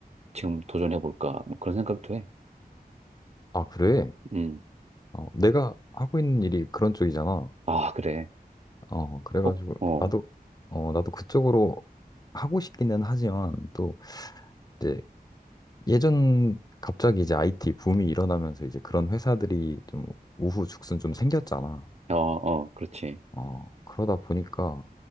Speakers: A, on the right; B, on the left.
A: 지금 도전해 볼까 뭐 그런 생각도 해.
B: 아, 그래.
A: 음.
B: 어, 내가 하고 있는 일이 그런 쪽이잖아.
A: 아, 그래.
B: 어, 그래가지고
A: 어, 어,
B: 나도, 어, 나도 그쪽으로 하고 싶기는 하지만 또 이제 예전 갑자기 이제 IT 붐이 일어나면서 이제 그런 회사들이 좀 우후죽순 좀 생겼잖아.
A: 어, 어, 그렇지.
B: 어, 그러다 보니까